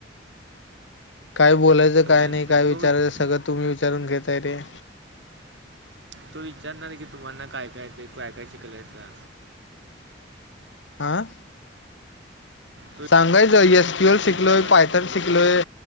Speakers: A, on the left; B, on the right.
A: काय बोलायचं
B: बोलला
A: काय
B: असं
A: नाही काय विचारायचं
B: तो विच-
A: सगळं तुम्ही विचारून घेताय रे.
B: तू विचारणार की तुम्हाना काय काय ते काय काय शिकलयंसा.
A: हा
B: तो
A: सांगायचं येस. कूएल शिकलोयथन
B: विचारणार काय शिकलाय
A: शिकलोय